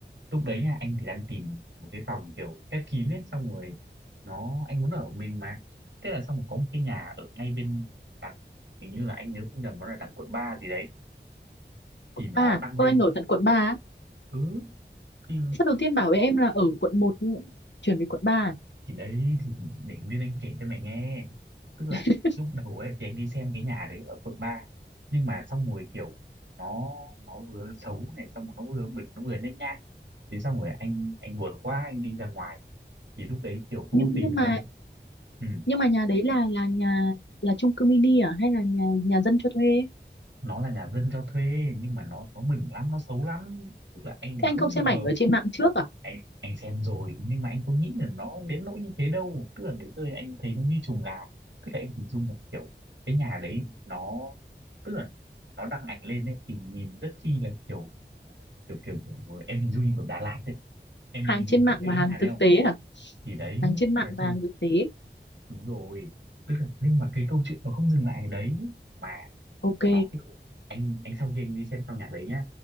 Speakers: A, on the right; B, on the left.
A: lúc đấy nha anh thì đang tìm một cái phòng kiểu khép kín ấy xong rồi nó anh muốn ở một mình mà thế là xong rồi có một cái nhà ở ngay bên đằng hình như là anh nhớ không nhầm nó là đằng quận 3 gì đấy
B: quận
A: thì nó
B: ba
A: đăng
B: Ơ
A: lên
B: anh ở tận quận 3 á.
A: cứ thì,
B: Sao đầu tiên bảo với em là ở quận một chuyển về quận 3
A: thì đấy thì để Nguyên Anh kể cho mày nghe tức là
B: <laughs> à?
A: lúc đầu ấy thì anh đi xem cái nhà đấy ở quận ba nhưng mà xong rồi kiểu nó nó vừa xấu này xong rồi nó vừa bẩn nó vừa nhếch nhác thì xong rồi anh anh buồn quá anh đi ra ngoài thì lúc đấy kiểu vô
B: Nhưng
A: tình
B: nhưng mà
A: ha ừ,
B: nhưng mà nhà đấy là là nhà là chung cư mini à hay là nhà nhà dân cho thuê?
A: nó là nhà dân cho thuê nhưng mà nó nó bẩn lắm nó xấu lắm tức là anh
B: Thế
A: không
B: anh không xem
A: ngờ
B: ảnh ở trên mạng trước à?
A: anh anh xem rồi nhưng mà anh có nghĩ là nó đến nỗi như thế đâu tức là đến nơi anh thấy nó như chuồng gà tức là anh hình dung rằng kiểu cái nhà đấy nó tức là nó đăng ảnh lên ấy thì nhìn rất chi là kiểu kiểu kiểu, kiểu em hình dung như kiểu Đà Lạt đấy em
B: Hàng
A: hình
B: trên
A: dung kiểu
B: mạng
A: đấy
B: và
A: cái
B: hàng
A: nhà
B: thực
A: đấy không
B: tế à?
A: thì đấy
B: Hàng trên mạng
A: nói
B: và
A: chung
B: hàng thực tế.
A: đúng rồi tức là nhưng mà cái câu chuyện nó không dừng lại ở đấy mà
B: Ok,
A: nó kiểu anh anh sau khi anh đi xem căn nhà đấy nhá